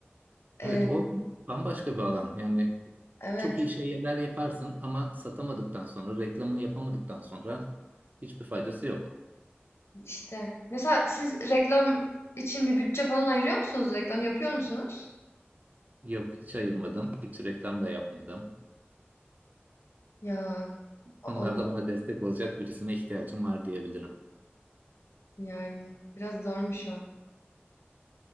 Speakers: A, on the left (about 85°); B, on the right (about 40°).
A: Eee,
B: Evet, o bambaşka bir alan. Yani
A: evet,
B: çok iyi şeyler yaparsın ama satamadıktan sonra, reklamını yapamadıktan sonra hiçbir faydası yok.
A: işte. Mesela siz reklam için bir bütçe falan ayırıyor musunuz? Reklam yapıyor musunuz?
B: Yok, hiç ayırmadım, hiç reklam da yapmadım.
A: Ya.
B: konularda
A: Olmaz
B: bana destek olacak birisine ihtiyacım var diyebilirim.
A: yani. Biraz zormuş o.